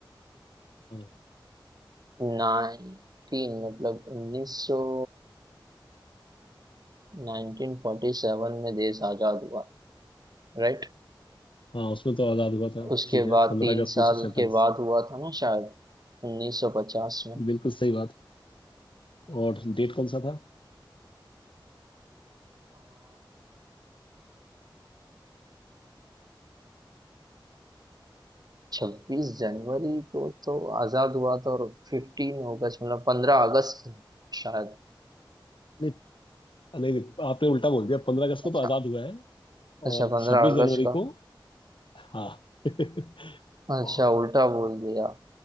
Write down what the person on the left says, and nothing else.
हाँ
हाँ, उसमें तो आजाद हुआ था
ठीक है
पंद्रह
अगस्त
उन्नीस सौ सैंतालीस
बिल्कुल सही बात और डेट कौन सा था
नहीं नहीं आपने उल्टा बोल दिया पंद्रह अगस्त को
तो आजाद हुआ है
और
छब्बीस
जनवरी
को हाँ <laughs>
और